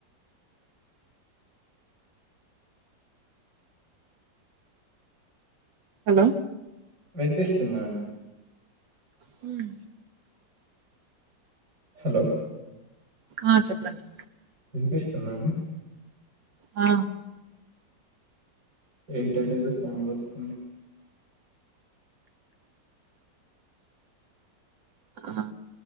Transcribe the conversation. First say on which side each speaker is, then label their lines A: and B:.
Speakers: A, on the right; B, on the right.
A: హలో
B: వినిపిస్తుందా అండి
A: హ్మ్
B: హలో
A: ఆ చెప్పండి
B: వినిపిస్తుందా అండి
A: ఆ
B: ఏంటండి ఏదో సాంగ్ వస్తుంది.
A: హా